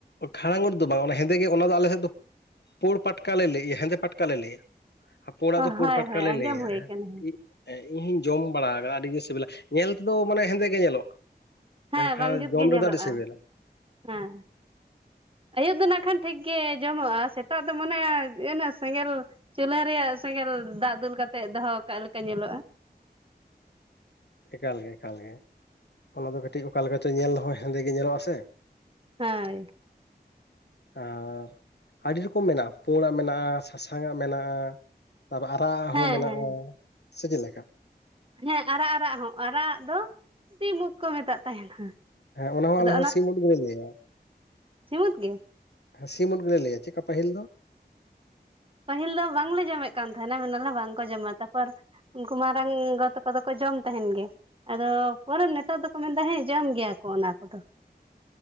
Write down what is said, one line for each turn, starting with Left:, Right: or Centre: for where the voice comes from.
Left: ᱴᱷᱟᱲᱟᱝ ᱳᱫ ᱫᱚ ᱵᱟᱝ ᱚᱱᱟ ᱦᱮᱸᱫᱮ ᱜᱮ ᱚᱱᱟ ᱫᱚ ᱟᱞᱮᱥᱮᱫ ᱫᱚ ᱯᱩᱲ ᱯᱟᱴᱠᱟ ᱞᱮ ᱞᱟᱹᱭ ᱦᱮᱸᱫᱮ ᱯᱟᱴᱠᱟ ᱞᱟᱹᱭᱟ ᱟᱨ ᱯᱩᱲ
Right: ᱚ
Left: ᱫᱚ ᱯᱩᱲ
Right: ᱦᱳᱭ
Left: ᱯᱟᱴᱠᱟ
Right: ᱦᱳᱭ
Left: ᱞᱮ
Right: ᱟᱸᱡᱚᱢ
Left: ᱞᱟᱹᱭᱟ
Right: ᱦᱩᱭ
Left: ᱦᱮᱸ
Right: ᱟᱠᱟᱱᱟ
Left: ᱤᱧᱦᱚᱧ ᱡᱚᱢ ᱵᱟᱲᱟ ᱟᱠᱟᱫᱟ ᱟᱹᱰᱤ ᱜᱮ ᱥᱤᱵᱤᱞᱟ ᱧᱮᱞ ᱛᱮᱫᱚ ᱢᱟᱱᱮ ᱦᱮᱸᱫᱮ ᱜᱮ ᱧᱮᱞᱚᱜ-ᱟ
Right: ᱦᱮᱸ
Left: ᱢᱮᱱᱠᱷᱟᱱ
Right: ᱵᱟᱝ ᱡᱩᱛ
Left: ᱡᱚᱢ
Right: ᱜᱮ ᱧᱮᱞᱚᱜᱼᱟ
Left: ᱨᱮᱫᱚ ᱟᱹᱰᱤ ᱥᱤᱵᱤᱞᱟ
Right: ᱦᱮᱸ ᱟᱹᱭᱩᱵ ᱫᱚ ᱱᱟᱜ ᱠᱷᱟᱱ ᱴᱷᱤᱠᱜᱮ ᱡᱚᱢᱚᱜ-ᱟ ᱥᱮᱛᱟᱜ ᱫᱚ ᱢᱟᱱᱮ ᱤᱱᱟᱹ ᱥᱮᱸᱜᱮᱞ ᱪᱩᱞᱦᱟᱹ ᱨᱮᱭᱟᱜ ᱥᱮᱸᱜᱮᱞ ᱫᱟᱜ ᱫᱩᱞ ᱠᱟᱛᱮᱜ ᱫᱚᱦᱚ ᱟᱠᱟᱜ ᱞᱮᱠᱟ ᱧᱮᱞᱚᱜ-ᱟ
Left: ᱮᱠᱟᱞ ᱜᱮ ᱮᱠᱟᱞ ᱜᱮ ᱚᱱᱟ ᱫᱚ ᱠᱟᱹᱴᱤᱡ ᱚᱠᱟᱞᱮ ᱞᱮᱠᱟ ᱪᱚ ᱧᱮᱞ ᱨᱮᱦᱚᱸ ᱦᱮᱸᱫᱮ ᱜᱮ ᱧᱮᱞᱚᱜ-ᱟ ᱥᱮ
Right: ᱦᱮᱸ
Left: ᱟᱨ ᱟᱹᱰᱤ ᱨᱚᱠᱚᱢ ᱢᱮᱱᱟᱜ-ᱟ ᱯᱩᱰᱟᱜ ᱢᱮᱱᱟᱜ-ᱟ ᱥᱟᱥᱟᱝ ᱟᱜ ᱢᱮᱱᱟᱜ-ᱟ ᱟᱨ ᱟᱨᱟᱜ
Right: ᱦᱮᱸ
Left: ᱦᱚᱸ ᱢᱮᱱᱟᱜ-ᱟ
Right: ᱦᱮᱸ
Left: ᱥᱮ ᱪᱮᱫ ᱞᱮᱠᱟ
Right: ᱦᱮᱸ ᱟᱨᱟᱜ ᱟᱨᱟᱜ ᱦᱚᱸ ᱟᱨᱟᱜ ᱟᱜ ᱫᱚ ᱥᱤᱢ ᱩᱫ ᱠᱚ ᱢᱮᱛᱟᱜ ᱛᱟᱦᱮᱱᱟ
Left: ᱦᱮᱸ ᱚᱱᱟ ᱦᱚᱸᱟᱞᱮ
Right: ᱟᱫᱚ
Left: ᱦᱚᱸ ᱥᱤᱢ ᱩᱫ ᱜᱮᱞᱮ ᱞᱟᱹᱭᱟ
Right: ᱥᱤᱢ ᱩᱫ ᱜᱮ
Left: ᱥᱤᱢ ᱩᱫ ᱜᱮᱞᱮ ᱞᱟᱹᱭᱟ ᱪᱮᱫ ᱞᱮᱠᱟ ᱯᱟᱹᱦᱤᱞ ᱫᱚ
Right: ᱯᱟᱹᱦᱤᱞ ᱫᱚ ᱵᱟᱝᱞᱮ ᱡᱚᱢᱮᱫ ᱠᱟᱱ ᱛᱟᱦᱮᱱᱟ ᱢᱮᱱᱟᱞᱮ ᱵᱟᱝᱠᱚ ᱡᱚᱢᱟ ᱛᱟᱯᱚᱨ ᱩᱱᱠᱩ ᱢᱟᱨᱟᱝ ᱜᱚ ᱛᱟᱠᱚ ᱫᱚ ᱠᱚ ᱡᱚᱢ ᱛᱟᱦᱮᱱ ᱜᱮ ᱟᱫᱚ ᱯᱚᱨᱮ ᱱᱮᱛᱟᱨ ᱫᱚᱠᱚ ᱢᱮᱱᱫᱟ ᱦᱮᱸ ᱡᱚᱢ ᱜᱮᱭᱟ ᱠᱚ ᱚᱱᱟ ᱠᱚᱫᱚ